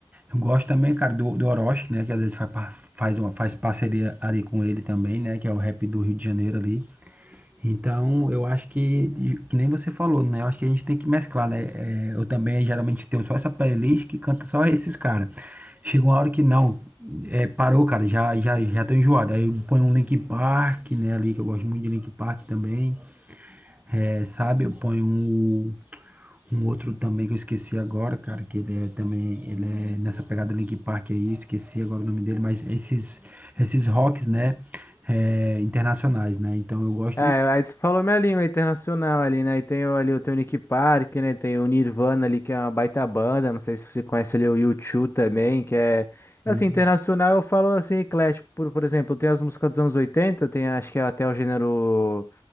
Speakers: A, on the right; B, on the left.
A: eu gosto também, cara, do, do Orochi, né, que às vezes faz, par- faz, uma, faz parceria ali com ele também, né, que é o rap do Rio de Janeiro ali. Então, eu acho que, que nem você falou, né? Eu acho que a gente tem que mesclar, né? É, eu também geralmente tenho só essa playlist que canta só esses caras. Chega uma hora que não, é, parou, cara, já, já, já tô enjoado. Aí eu ponho um Linkin Park, né, ali, que eu gosto muito de Linkin Park também, é, sabe? Eu ponho um, um outro também que eu esqueci agora, cara, que ele é também, ele é nessa pegada do Linkin Park aí, esqueci agora o nome dele, mas esses, esses rocks, né, é, internacionais, né? Então eu gosto.
B: Ah, aí tu falou minha língua internacional ali, né? E tem o- ali tem o teu Nick Park, né? Tem o Nirvana ali, que é uma baita banda. Não sei se você conhece ali o U2 também, que é... Assim,
A: um,
B: internacional eu falo assim, eclético. Por, por exemplo, tem as músicas dos anos 80 tem acho que é até o gênero...